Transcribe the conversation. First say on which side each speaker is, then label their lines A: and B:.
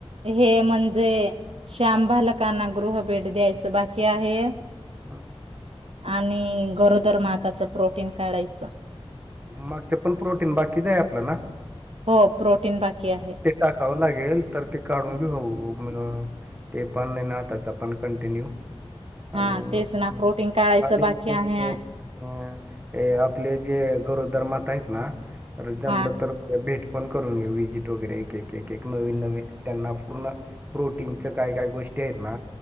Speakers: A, on the right; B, on the right.
A: हे म्हणजे श्याम बालकांना गृह भेट द्यायचं बाकी आहे.
B: हम.
A: आणि गरोदर माताचं प्रोटीन काढायचं.
B: मागचे पण प्रोटीन बाकीच आहे आपल्या ना.
A: हो प्रोटीन बाकी आहे
B: ते टाकावं लागेल तर ते काढून घेऊ म ते पण ना त्याचा पण कंटिन्यू
A: हा
B: आणिले
A: तेच ना प्रोटीन काढायचं बाकी आहे
B: त अ ते आपले जे गौरव धर्मात आहेत ना जमलं
A: हा
B: तर भेट पण करून घेऊ वजिट वगैरे एक एक नवीन नवीन त्यांना पूर्ण प्रोटीनच काय काय गोष्टी आहेत ना